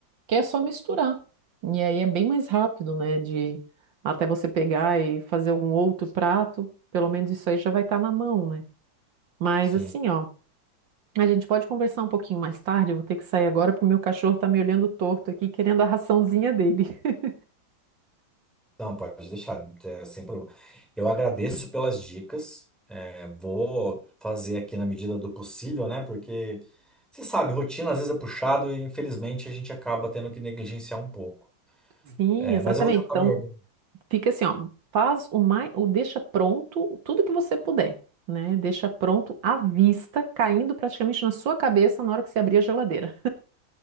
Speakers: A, on the right; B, in the centre.
A: que é só misturar. E aí é bem mais rápido, né, de até você pegar e fazer algum outro prato, pelo menos isso aí já vai estar na mão, né? Mas
B: sim.
A: assim, ó, a gente pode conversar um pouquinho mais tarde, eu vou ter que sair agora porque o meu cachorro tá me olhando torto aqui, querendo a raçãozinha dele. <laughs>
B: Não, pode deixar, é, sem problema. Eu agradeço pelas dicas. é, vou fazer aqui na medida do possível, né? Porque você sabe, rotina às vezes é puxado e infelizmente a gente acaba tendo que negligenciar um pouco.
A: Sim,
B: É,
A: exatamente.
B: mas eu vou tentar
A: Então,
B: me organizar.
A: Fica assim, ó, faz o mais, o deixa pronto tudo que você puder, né? Deixa pronto à vista, caindo praticamente na sua cabeça na hora que você abrir a geladeira.